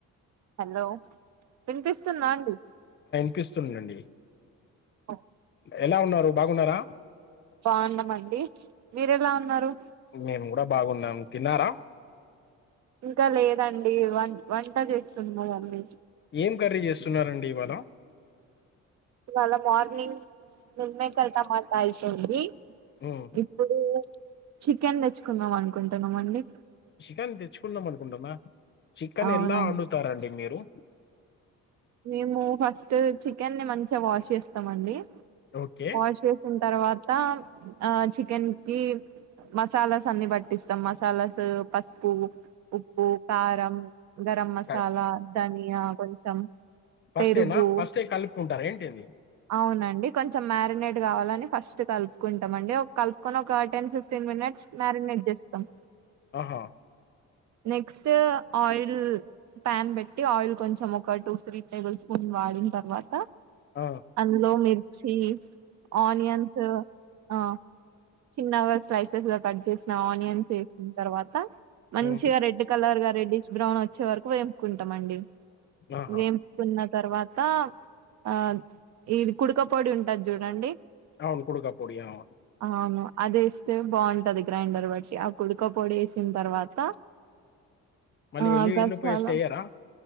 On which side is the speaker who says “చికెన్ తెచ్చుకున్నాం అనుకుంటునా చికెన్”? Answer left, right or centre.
Left